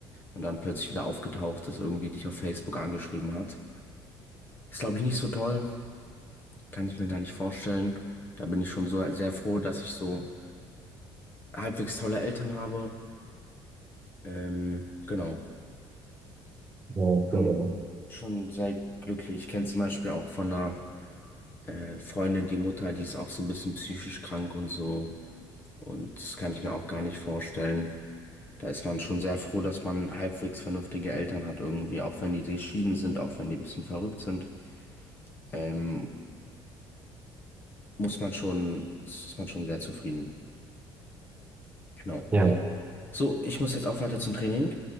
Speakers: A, on the left; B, on the right.
A: und dann plötzlich wieder aufgetaucht ist, irgendwie dich auf Facebook angeschrieben hat. Ist, glaube ich, nicht so toll. Kann ich mir gar nicht vorstellen. Da bin ich schon so sehr froh, dass ich so halbwegs tolle Eltern habe. Ähm, genau.
B: ja, ich
A: Schon,
B: glaube auch.
A: schon sehr glücklich. Ich kenne zum Beispiel auch von einer äh, Freundin, die Mutter, die ist auch so ein bisschen psychisch krank und so. Und das kann ich mir auch gar nicht vorstellen. Da ist man schon sehr froh, dass man halbwegs vernünftige Eltern hat irgendwie, auch wenn die geschieden sind, auch wenn die ein bisschen verrückt sind. Ähm, muss man schon, ist man schon sehr zufrieden. Genau.
B: Ja,
A: So, ich muss jetzt auch weiter zum Training.